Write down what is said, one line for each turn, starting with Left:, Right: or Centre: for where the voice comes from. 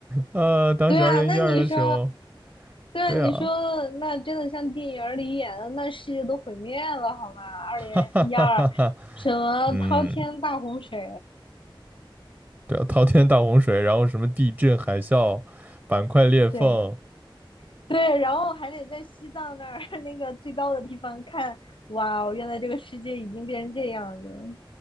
Right: 呃，当时二零一二的时候，
Left: 对啊，那你说，对啊，
Right: 对啊，
Left: 你说那真的像电影里演的，那世界都毁灭了，好吗？
Right: <laughs>
Left: 二零一二，
Right: 哈哈哈哈哈，
Left: 什么滔天大洪水？
Right: 嗯，对啊，滔天大洪水，然后什么地震、海啸、板块裂缝，
Left: 对，<laughs> 对，然后还得在西藏那儿 <laughs> 那个最高的地方看，哇哦原来这个世界已经变成这样子，